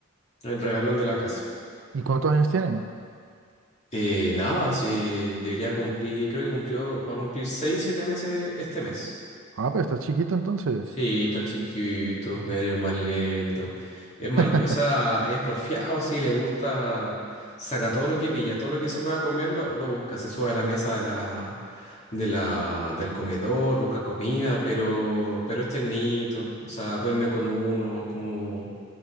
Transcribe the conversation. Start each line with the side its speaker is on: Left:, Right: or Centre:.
Left: el regalón de la casa.
Right: ¿Y cuántos años tiene?
Left: Eh, nada, sí, debería cumplir, creo que cumplió, va a cumplir 6, 7 meses este mes.
Right: Ah, pero estás chiquito entonces.
Left: Sí, está chiquito, pero es más lento. Es mañ-
Right: <laughs>
Left: o sea, es porfiado, sí, le gusta, saca todo lo que pilla, todo lo que se pueda comer lo, lo busca, se sube a la mesa de la, de la, del comedor, busca comida, pero, pero es tiernito, o sea, duerme con uno, es como